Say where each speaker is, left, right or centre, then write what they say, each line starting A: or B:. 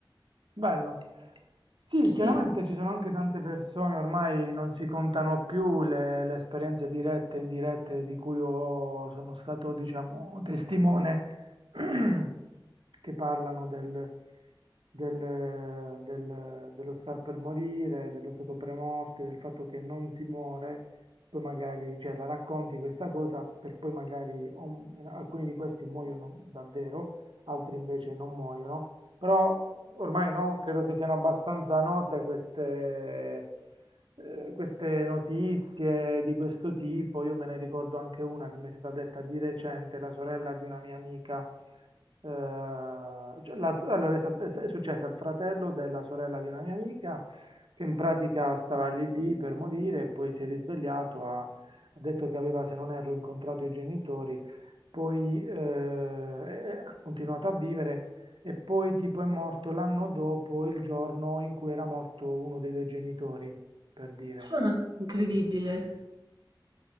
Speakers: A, on the right; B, on the right.
A: Bello. Sì,
B: Sì,
A: chiaramente ci sono anche tante persone, ormai non si contano più le, le esperienze dirette e indirette di cui ho- sono stato, diciamo, testimone, <clears throat> che parlano del- del- del- dello star per morire, dello stato premorte, del fatto che non si muore, poi magari, cioè, la racconti questa cosa per poi magari um, alcuni di questi muoiono davvero, altri invece non muoiono. Però ormai no, credo che siano abbastanza note queste, eh, queste notizie di questo tipo. Io me ne ricordo anche una che mi è stata detta di recente, la sorella di una mia amica. eh, cioè, la- allora è, stat- è s- è successo al fratello della sorella di una mia amica che in pratica stava lì lì per morire e poi si è risvegliato, ha, ha detto che aveva, se non erro, incontrato i genitori, poi eh, ha continuato a vivere. E poi tipo è morto l'anno dopo il giorno in cui era morto uno dei due genitori, per dire.
B: Ah, incredibile.